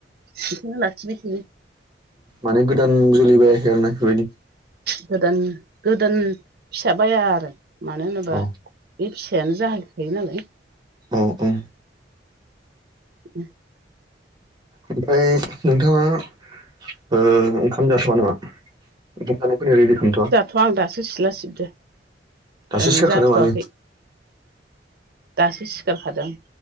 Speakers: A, on the right (about 60°); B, on the right (about 25°).
A: बेखौनो लाखिबाय थोयो।
B: माने गोदान जोलै बायाखै आरो ना बेफोरबायदि।
A: गोदोन गोदोन फिसा बाया आरो मानो होनोबा
B: अ
A: बे फिसायानो जाहैखायो नालाय।
B: औ औ
A: उ
B: ओमफ्राय नोंथाङा ओ ओंखाम जाथ'या नामा? ओंखाम जानाय रेडि खालामथ'या।
A: जाथ'आ आं दासो सिला सिबदो
B: दासो
A: ओं
B: सिखादों
A: जाथ'वाखै
B: माने।
A: दासो सिखारखादों